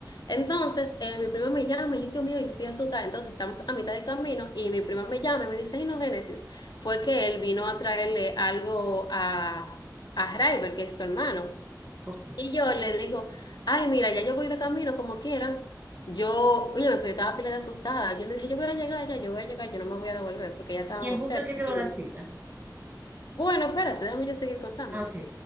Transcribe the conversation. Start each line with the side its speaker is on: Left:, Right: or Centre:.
Left: Entonces, eh, mi prima me llama y yo, Dios mío, yo estoy asustada. Entonces, estamos a mitad de camino y mi prima me llama y me dice, ay, no, Génesis, fue que él vino a traerle algo a, a Raiber, que es su hermano.
Right: Ok.
Left: Y yo le digo, ay, mira, ya yo voy de camino como quiera. Yo, oye, pero yo estaba pila de asustada. Yo le dije, yo voy a llegar ya, yo voy a llegar, yo no me voy a devolver porque ya estábamos
Right: ¿Y en punto
Left: cerca.
Right: de qué quedó
Left: Y
Right: la
Left: yo,
Right: cita?
Left: le- Bueno, espérate, déjame yo seguir contándote.
Right: Ah, ok,